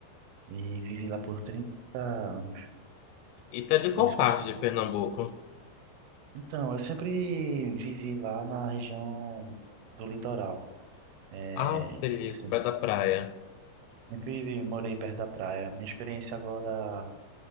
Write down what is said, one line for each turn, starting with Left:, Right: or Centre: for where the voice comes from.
Right: e vivi lá por trinta anos.
Left: E tu é de
Right: Eu Conheço
Left: qual parte
Right: bastante.
Left: de Pernambuco?
Right: Então, eu sempre vivi lá na região do litoral. É,
Left: Ah, que delícia,
Right: se-
Left: perto da praia.
Right: sempre morei perto da praia. Minha experiência agora,